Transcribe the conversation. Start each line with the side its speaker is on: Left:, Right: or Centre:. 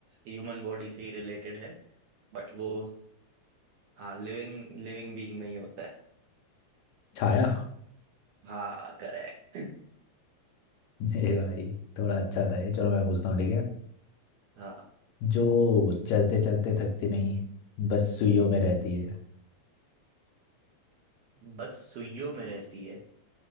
Right: ह्यूमन बॉडी से ही रिलेटेड है बट वो हाँ लिविंग लिविंग बीइंग में ही होता है
Left: छाया
Right: हाँ करेक्ट
Left: <laughs> ये भाई थोड़ा अच्छा था ये चलो मैं पूछता हूँ ठीक है
Right: हाँ
Left: जो चलते चलते थकती नहीं बस सुइयों में रहती है
Right: बस सुइयों में रहती है